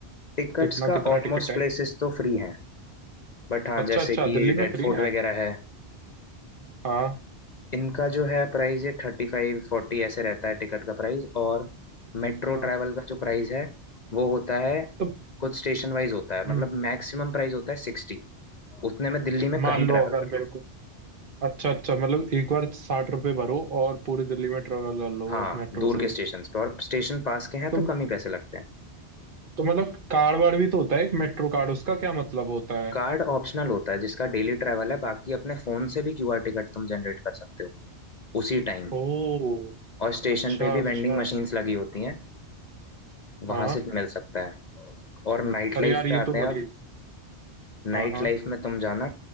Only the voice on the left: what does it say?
टिकट्स
का
ऑलमोस्ट
प्लेसेस तो फ्री हैं बट हाँ
जैसे
कि
रेड
फोर्ट
वगैरह है
इनका जो है प्राइस ये थर्टी फाइव फोर्टी ऐसे रहता है टिकट का प्राइस और मेट्रो
ट्रैवल का जो प्राइस है वो होता है
कुछ स्टेशन वाइज होता है
मतलब मैक्सिमम प्राइस होता है सिक्सटी उतने में दिल्ली में
कहीं
ट्रैवल
कर
लो
हाँ
दूर
के स्टेशन पे और स्टेशन पास के हैं
तो कम ही पैसे लगते हैं
कार्ड ऑप्शनल होता है जिसका डेली ट्रैवल है बाकी अपने फोन से भी क्यूआर टिकट तुम जनरेट कर सकते हो उसी टाइम
और स्टेशन
पे भी
वेंडिंग मशीन्स लगी होती हैं वहां
से मिल सकता है और नाइट
लाइफ
पे आते
हैं अब,
नाइट
लाइफ में तुम जाना